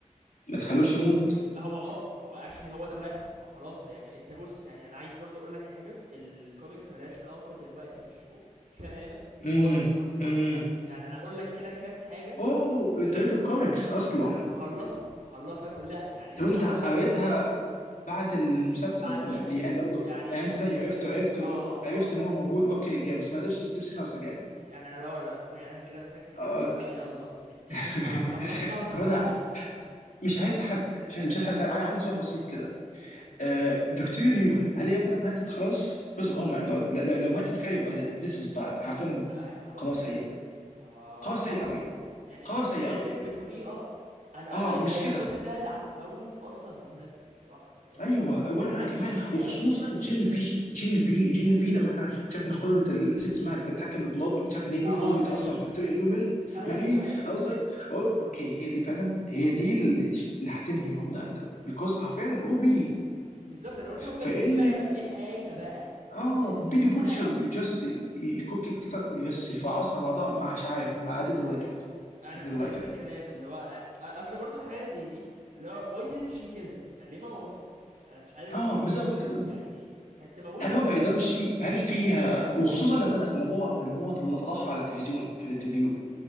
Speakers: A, on the left; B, on the right.
A: ما تخلوش يموت؟
B: هو اه هو اكشلي هو ده اللي هيحصل هو خلاص يعني انت بص يعني انا عايز برضو اقول لك حاجه الكوميكس ملهاش علاقه دلوقتي بالشو تماما خالص
A: امم
B: خالص خالص
A: امم
B: يعني انا اقول لك كده كام حاجه
A: اوه انت قريت الكوميكس اصلا
B: انا مخلصها مخلصها كلها يعني
A: طب انت
B: انا اقول
A: قريتها
B: لك
A: بعد المسلسل
B: بعديها
A: ولا قبليه يعني انت برضه
B: يعني
A: يعني انت زي
B: كنت
A: عرفته عرفته
B: اه اه
A: اللي هو- عرفت ان هو
B: اه
A: موجود اوكي جامد بس ما قدرتش تمسك نفسك يعني
B: يعني انا اه لا فعلا كده مسكت كده
A: اوكي
B: اللي هو لا يلا اديني
A: <laughs>
B: خ- خلصتها كلها
A: طب انا مش
B: فجامدة
A: عايز حب مش عايز مش عايز, عايز عندي سؤال بسيط كده
B: امم
A: آه، فيكتوريا نيومن هل هي فعلا ماتت خلاص؟ جزء اوه ماي جاد لو لو ماتت كده يبقى this is bad حرفيا
B: آه خلاص
A: قرار سيء
B: كده هو
A: قرار
B: وللاسف
A: سيء قوي
B: يعني
A: قرار سيء
B: ماتت
A: قوي
B: بطريقة انا
A: اه
B: اي اي
A: مش
B: اي
A: كده
B: thought انها اللي هتموت اصلا هوملاندر الصراحة انا قلت
A: ايوه
B: يعني مثلا
A: وانا وأنا
B: هيجي
A: كمان
B: حاجة
A: وخصوصا
B: كده
A: جين في جين في جين في لما احنا اكتشفنا قدوه ال- نسيت اسمها اللي كانت بتتحكم بالبلاد واكتشفنا ان هي دي
B: اه
A: قدوه
B: ماري
A: اصلا فيكتوريا نيومن
B: ايوه
A: ماري
B: ايوه
A: اي واز لايك قلت اوكي هي دي فعلا هي دي اللي اللي هتنهي هوملاندر بيكوز عارفين او بي
B: بالظبط انا قلت
A: فان
B: هما الاتنين بقى يبقى في حاجة بقى
A: اه
B: الاتنين
A: بيلي بوتشر
B: هي-
A: جاست يكوك إت كده بس يفعصها بعضها مش عارف ما
B: آه،
A: I didn't like it
B: انا الصراحه
A: didn't
B: نفس
A: like it
B: الكلام اللي هو أ- اصل برضو حاجه زي دي اللي هو why didn't she kill him يعني ليه ما موتتوش انا مش عارف
A: اه
B: ليه
A: بالظبط
B: ما يعني كانت تموته
A: هل هو ما يقدرش هل فيها وخصوصا لما مثلا لما هو لما هو طل- فضحها على التلفزيون في الانترفيو